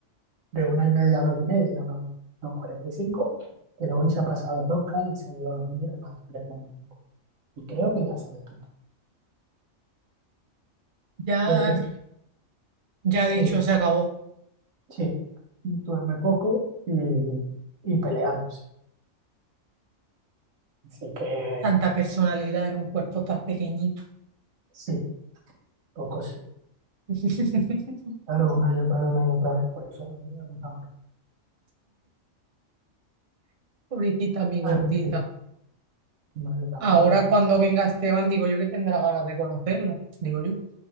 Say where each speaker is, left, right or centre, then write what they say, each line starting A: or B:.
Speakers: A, on the right; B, on the right.
A: de una y media a dos y media, no, no cuarenta y cinco pero hoy se ha pasado de rosca y se ha ido a dormir a las 3 de la mañana. Y creo que ya se ha despertado.
B: Ya,
A: Creo que sí.
B: ya dicho,
A: Sí,
B: se acabó.
A: Sí, duerme poco y, y peleándose. Así que
B: Tanta personalidad en un cuerpo tan pequeñito.
A: sí, poco sí.
B: <laughs>
A: Claro, una y otra vez, una y otra vez, por eso me agotador.
B: Pobrecita, mi gordita.
A: Ah, es que no es la
B: Ahora
A: madre.
B: cuando venga Esteban, digo yo que tendrá ganas de conocerla, digo yo.